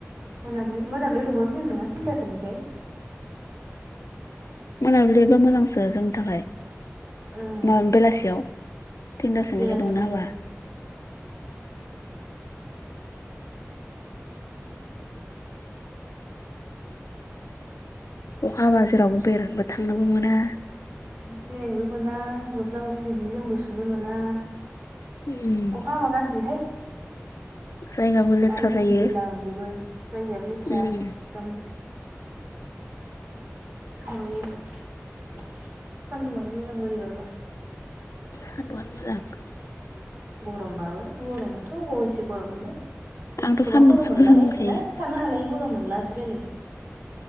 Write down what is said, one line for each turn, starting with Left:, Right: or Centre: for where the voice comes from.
Right: मोनाबलि मोनाब्लियाव दंबाबो जिर नङा थिनथासोनिफ्राय।
Left: मोनाबिलिबा मोजांसो जोंनि थाखाय।
Right: ओं
Left: म बेलासियाव थिनथासोनिफ्राय
Right: बेलासियाव
Left: दंना
Right: दंबा
Left: हाबा अखा हाबा जेरावबो बेरायबो थांनोबो मोना।
Right: बेरायनोबो मोना गस्ला गस्लि जि जोमबो सुनो मोना।
Left: उम
Right: अखा हाबा गारजि हाय।
Left: जायगाबो लेथ्रा
Right: आरो गिसि
Left: जायो
Right: गिला मोनजोबो जायगायाबो लेथ्राास
Left: उम
Right: एकदम। <unintelligible>
Left: <unintelligible>
Right: गरमबाबो गरमाथ' अबाव एसे गरम मोननो।
Left: आंथ'
Right: एथ'बां
Left: सान्दुंसो
Right: गरम मोनलाहाय
Left: मोजां मोनखायो
Right: ना थानो हालायि गरम मोनला आजिखालि।